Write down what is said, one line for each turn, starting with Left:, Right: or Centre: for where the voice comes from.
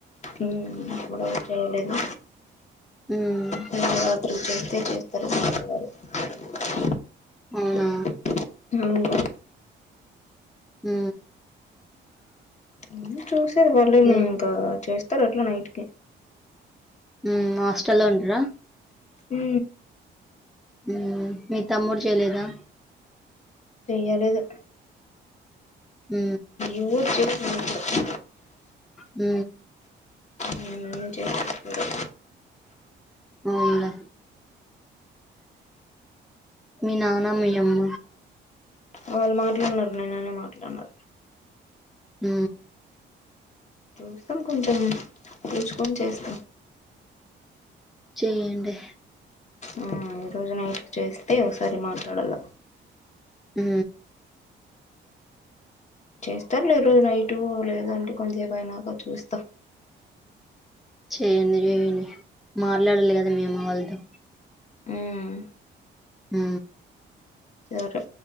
Left: ఉ ఇప్పుడు చేయలేదు
Centre: ఉమ్,
Left: నిన్న రాత్రి చేస్తే చేస్ తెర <unintelligible>
Centre: అవున
Left: ఆ
Centre: ఉ
Left: నిన్ను చూసారు వాళ్ళీని
Centre: ఎవ్-
Left: ఇంకా చేస్తారు అట్లే నైట్
Centre: ఉ హాస్టల్లో ఉంటరా?
Left: ఉ
Centre: ఉ మీ తమ్ముడు చేయలేదా?
Left: చేయలేదు
Centre: ఉ
Left: ఎవ్వరు చేయలేదు ఇప్పుడు
Centre: ఉ
Left: నేన్ నెన్ చేస్నా <inaudible>
Centre: అవున్లె మీ నాన్న మీ అమ్మ
Left: వాల్ మాట్లానర్ నేననే మాట్లానర్
Centre: ఉ
Left: చూసం కొంచెం తెలుస్కొని చేస్త
Centre: చేయండి
Left: ఆ ఈ రోజు నైట్కి చేస్తే ఒకసారి మాట్లాడల
Centre: ఊ
Left: చేస్తారు లే ఈ రోజు నైటు లేదంటే కొంతసేపు అయినాక చూస్త.
Centre: చేయండి జేయండి మాట్లాడలి కదా మీ అమ్మవాళ్తో
Left: ఉమ్
Centre: ఉ
Left: సరే